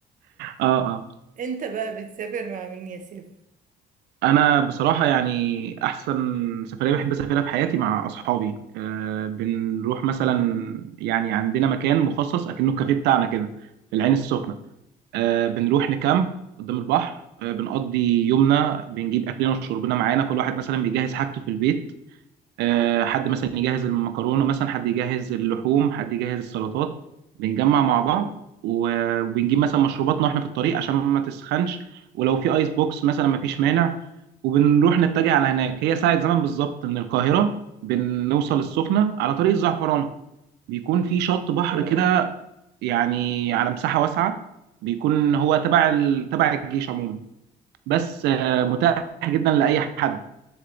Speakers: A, on the right; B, on the right.
A: اه آه.
B: انت بقى بتسافر مع مين يا سيف
A: انا بصراحه يعني احسن سفريه بحب اسافرها في حياتي مع اصحابي أه بنروح مثلا يعني عندنا مكان مخصص اكنه الكافيه بتاعنا كده في العين السخنه أه بنروح نكامب قدام البحر أه بنقضي يومنا بنجيب اكلنا وشربنا معانا كل واحد مثلا بيجهز حاجته في البيت آه، حد مثلا يجهز المكرونه مثلا حد يجهز اللحوم حد يجهز السلطات بنجمع مع بعض و- وبنجيب مثلا مشروباتنا واحنا في الطريق عشان ما تسخنش ولو في ايس بوكس مثلا ما فيش مانع وبنروح نتجه على هناك هي ساعة زمن بالظبط من القاهرة بنوصل السخنة على طريق الزعفرانة بيكون في شط بحر كده يعني على مساحة واسعة بيكون هو تبع ال... تبع الجيش عموما بس آه، متاح جدا لأي حد